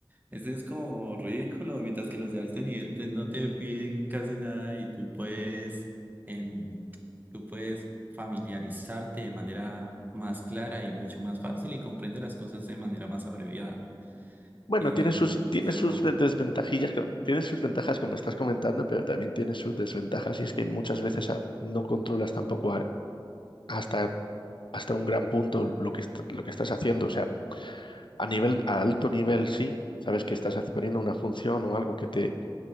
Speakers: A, on the right; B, on the left.
A: ese es como ridículo, mientras que los de alto nivel pues no te piden casi nada y tú puedes, em, tú puedes familiarizarte de manera más clara y mucho más fácil y comprender las cosas de manera más abreviada.
B: Bueno,
A: Eh,
B: tiene sus, tiene
A: yo,
B: sus ve- desventajillas, co- tiene sus ventajas como estás comentando, pero también tiene sus desventajas y es que muchas veces ah, no controlas tampoco a- hasta, hasta un gran punto lo que, est- lo que estás haciendo. O sea, a nivel, a alto nivel sí, sabes que estás poniendo una función o algo que te